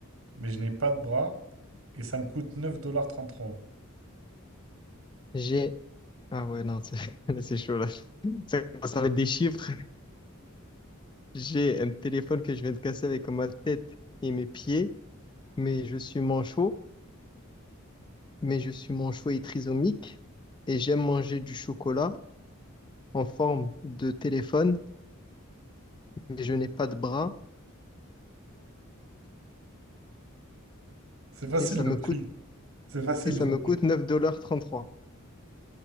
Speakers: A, on the right; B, on the left.
A: mais je n'ai pas de bras, et ça me coûte 9,33$.
B: J'ai... Ah ouais, non, c'est <laughs> là, c'est chaud là. <laughs> Ça commence à mettre des chiffres. J'ai un téléphone que je viens de casser avec ma tête et mes pieds, mais je suis manchot, mais je suis manchot et trisomique, et j'aime manger du chocolat en forme de téléphone, mais je n'ai pas de bras,
A: C'est facile
B: et ça
A: le
B: me
A: prix,
B: coûte,
A: c'est facile
B: et ça
A: le retenir.
B: me coûte neuf dollars trente-trois